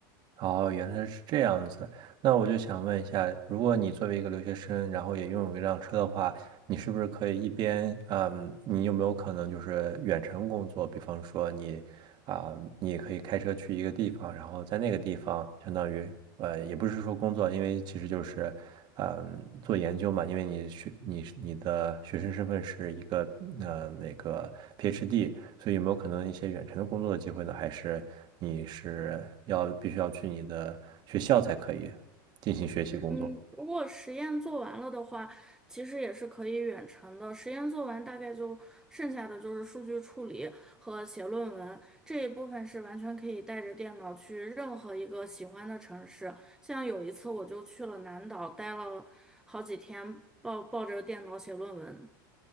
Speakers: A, on the right; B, in the centre.
A: 哦，原来是这样子。那我就想问一下，如果你作为一个留学生，然后也拥有一辆车的话，你是不是可以一边，嗯，你有没有可能就是远程工作？比方说你啊、你也可以开车去一个地方，然后在那个地方，相当于呃，也不是说工作，因为其实就是，嗯、做研究嘛，因为你学你是你的学生身份是一个呃那个 PhD，所以有没有可能一些远程的工作的机会呢？还是你是要必须要去你的学校才可以进行学习工作？
B: 嗯，如果实验做完了的话，其实也是可以远程的。实验做完，大概就剩下的就是数据处理和写论文这一部分是完全可以带着电脑去任何一个喜欢的城市。像有一次我就去了南岛，待了好几天，抱抱着电脑写论文，